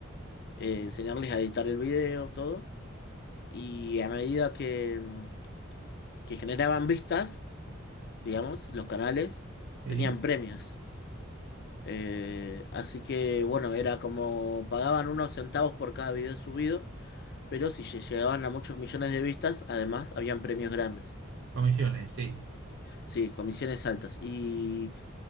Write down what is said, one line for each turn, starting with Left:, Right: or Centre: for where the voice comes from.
Left: eh, enseñarles a editar el video, todo. Y a medida que, mm, que generaban vistas, digamos, los canales
Right: sí,
Left: tenían premios. Eh, así que bueno, era como pagaban unos centavos por cada video subido, pero si lle- llegaban a muchos millones de vistas, además habían premios grandes.
Right: comisiones, sí,
Left: Sí, comisiones altas. y